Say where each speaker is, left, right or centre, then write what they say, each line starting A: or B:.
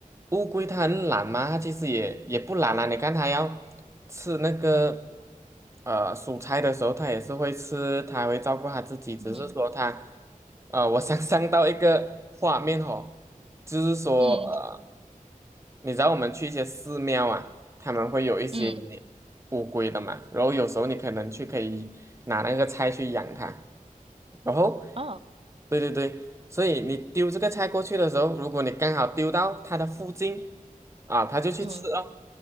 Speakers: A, on the right; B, on the right.
A: 乌龟它很懒嘛，它其实也也不懒啦。你看它要吃那个呃蔬菜的时候，它也是会吃，它会照顾它自己。只是说它，
B: 嗯
A: 呃，我想象到一个画面哦，就是说呃，
B: 嗯
A: 你知道我们去一些寺庙啊，他们会有一些。
B: 嗯
A: 乌龟的嘛，然后有时候你可能去可以拿那个菜去养它，然后，
B: 哦
A: 对对对，所以你丢这个菜过去的时候，如果你刚好丢到它的附近，啊，它就去吃哦。
B: 嗯